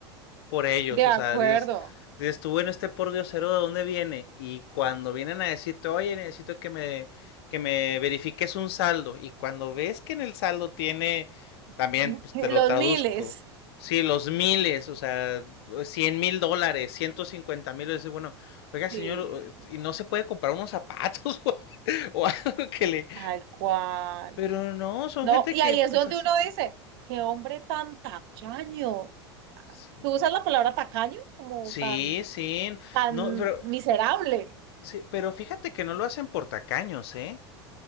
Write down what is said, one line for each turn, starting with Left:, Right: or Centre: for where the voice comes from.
Left: por ellos,
Right: de
Left: o
Right: acuerdo.
Left: sea, dices, dices tú, bueno, este por Diosero, ¿de dónde viene? Y cuando vienen a decirte, oye, necesito que me, que me verifiques un saldo, y cuando ves que en el saldo tiene, también,
Right: <laughs>
Left: pues te lo
Right: Los
Left: traduzco,
Right: miles.
Left: sí, los miles, o sea, cien mil dólares, ciento cincuenta mil, dices, bueno, oiga, señor,
Right: Sí,
Left: y no se puede comprar unos zapatos <laughs> o, o algo que le...
Right: tal cual.
Left: Pero no, son
Right: No,
Left: gente
Right: y
Left: que,
Right: ahí
Left: pues
Right: es donde
Left: así
Right: uno
Left: está.
Right: dice, qué hombre tan tacaño.
Left: Sí,
Right: ¿Tú usas la palabra tacaño como
Left: sí,
Right: tan,
Left: sí.
Right: tan
Left: No, pero
Right: miserable?
Left: Sí, pero fíjate que no lo hacen por tacaños, ¿eh?